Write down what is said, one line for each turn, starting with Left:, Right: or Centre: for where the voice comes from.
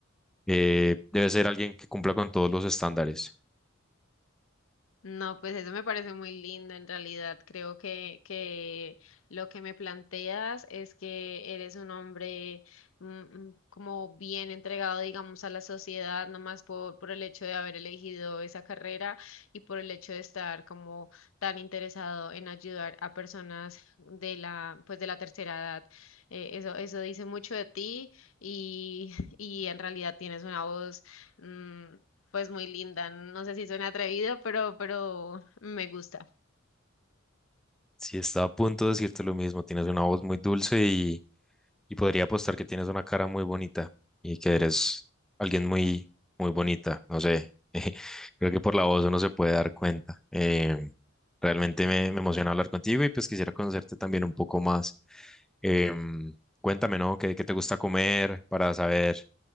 Centre: eh, debe ser alguien que cumpla con todos los estándares.
Left: No, pues eso me parece muy lindo en realidad. Creo que, que lo que me planteas es que eres un hombre mm, mm, como bien entregado, digamos, a la sociedad, no más por, por el hecho de haber elegido esa carrera y por el hecho de estar como tan interesado en ayudar a personas de la, pues de la tercera edad. Eh, eso, eso dice mucho de ti y, <laughs> y en realidad tienes una voz. mm, pues muy linda. No sé si suena atrevido, pero, pero me gusta.
Centre: Si está a punto de decirte lo mismo, tienes una voz muy dulce y Y podría apostar que tienes una cara muy bonita y que eres alguien muy, muy bonita. No sé, <laughs> creo que por la voz uno se puede dar cuenta. Eh, realmente me, me emociona hablar contigo y pues quisiera conocerte también un poco más. Em, cuéntame, ¿no? ¿Qué, qué te gusta comer para saber,